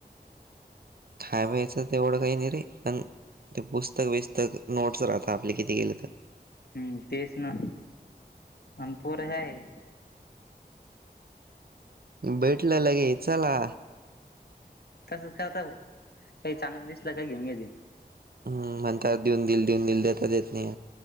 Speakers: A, on the right; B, on the left.
A: खाय व्यायचं तेवढं काही नाही रे पण ते पुस्तक बिस्तक नोट्स राहत आपले किती गेलं तर
B: हम्म तेस ना अमपोर ह आहे
A: भेटलं लगे चला
B: तसच खता भाऊ काही चांगलं दिसलं का घेऊ घेत
A: हम् म्हणताात देऊन दिल देऊन दिल दता देत नाही